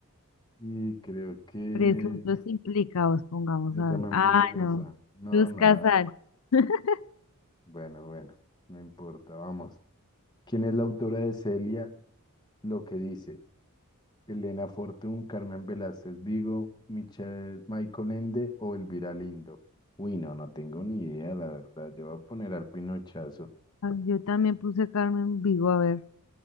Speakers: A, on the left (about 20°); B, on the left (about 70°).
A: Y creo que
B: Presuntos Implicados, pongamos
A: yo
B: a
A: también
B: ver. Ah,
A: puse
B: no.
A: esa. No,
B: Luz
A: nada.
B: Casal. <laughs>
A: Bueno, bueno, no importa, vamos. ¿Quién es la autora de Celia? Lo que dice. Elena Fortún, Carmen Velázquez Vigo, Michael, Michael Ende o Elvira Lindo. Uy, no, no tengo ni idea, la verdad. Yo voy a poner al Pinochazo.
B: Ah, Yo también puse Carmen Vigo, a ver.